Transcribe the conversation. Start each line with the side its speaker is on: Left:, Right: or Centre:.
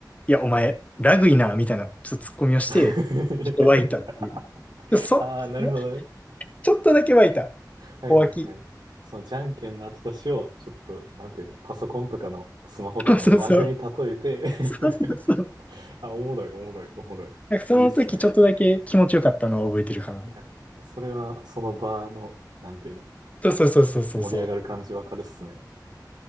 Left: いや、お前、ラグいな、みたいな、ちょっとツッコミをして、
Right: <laughs>
Left: ちょっと湧いたっていう。でそ、
Right: ああ、なるほどね。
Left: <laughs> ちょっとだけ湧いた。
Right: はいはいはい。
Left: お湧き。
Right: そのじゃんけんの後出しを、ちょっと、なんていうの、パソコンとかの、スマホとかのラグに例えて
Left: <laughs> そうそうそう。そうそうそう。
Right: <laughs> あ、おもろい、おもろい、おもろい。
Left: なんかその時ちょっとだけ気持ちよかったのを覚えてるかな。
Right: いいっすね。いや、それは、その場の、なんていうの、
Left: そうそうそうそうそうそう。
Right: 盛り上がる感じわかるっすね。